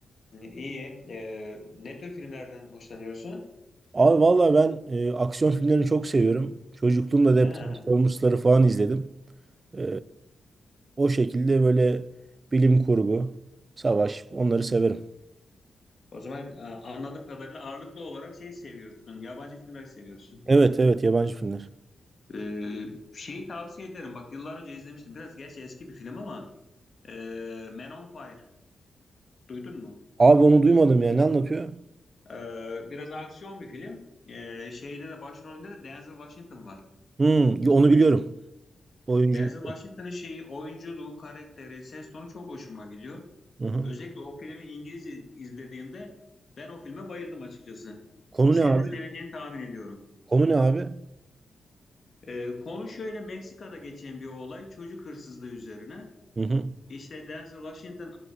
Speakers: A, on the left (about 55°); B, on the right (about 45°).
A: iyi. Ee, ne tür filmlerden hoşlanıyorsun?
B: Abi valla ben e, aksiyon filmlerini çok seviyorum. Çocukluğumda da hep
A: Ha,
B: Transformers'ları falan izledim. E, o şekilde böyle bilim kurgu, savaş onları severim.
A: o zaman e, anladığım kadarıyla ağırlıklı olarak şey seviyorsun. Yabancı filmleri seviyorsun.
B: Evet evet yabancı filmler.
A: Ee, şeyi tavsiye ederim. Bak yıllar önce izlemiştim. Biraz gerçi eski bir film ama e, Man on Fire. Duydun mu?
B: Abi onu duymadım ya ne anlatıyor?
A: Ee, biraz aksiyon bir film. Ee, şeyde de başrolünde de Denzel Washington var.
B: Hmm, onu biliyorum. Oyuncuyu
A: Denzel
B: biliyorum.
A: Washington'ın şeyi, oyunculuğu, karakteri, ses tonu çok hoşuma gidiyor.
B: Hı hı.
A: Özellikle o filmi İngilizce izlediğimde ben o filme bayıldım açıkçası.
B: Konu
A: Sen
B: ne abi?
A: de seveceğini tahmin ediyorum.
B: Konu ne abi?
A: Ee, konu şöyle Meksika'da geçen bir olay çocuk hırsızlığı üzerine.
B: Hı hı.
A: İşte Denzel Washington